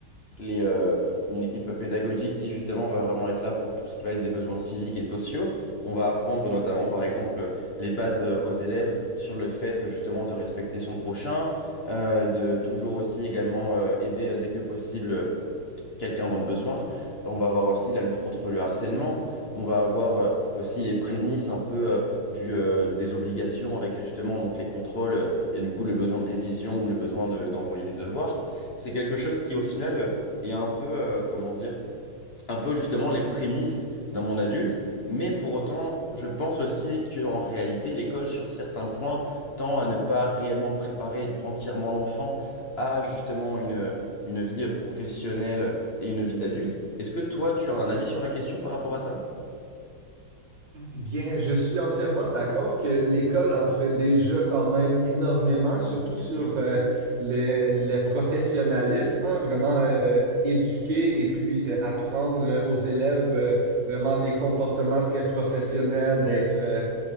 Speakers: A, on the left (about 40°); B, on the right (about 60°).
A: les, euh, une équipe pédagogique qui justement va vraiment être là pour tout ce qui va être des besoins civiques et sociaux. On va apprendre notamment par exemple les bases euh, aux élèves sur le fait justement de respecter son prochain, euh, de toujours aussi également euh, aider euh, dès que possible quelqu'un dans le besoin. On va avoir aussi la lutte contre le harcèlement. On va avoir euh, aussi les prémices un peu euh, du, euh, des obligations avec justement donc les contrôles euh, et du coup le besoin de révision ou le besoin de- d'envoyer des devoirs. C'est quelque chose qui au final euh, est un peu, euh, comment dire, un peu justement les prémices d'un monde adulte, mais pour autant, je pense aussi qu'en réalité, l'école, sur certains points, tend à ne pas réellement préparer entièrement l'enfant à justement une, une vie professionnelle et une vie d'adulte. Est-ce que toi, tu as un avis sur la question par rapport à ça?
B: Bien, je suis entièrement d'accord que l'école en fait déjà quand même énormément, surtout sur euh, le, le professionnalisme, hein, vraiment euh, éduquer et puis euh, apprendre aux élèves euh, vraiment des comportements très professionnels, d'être euh,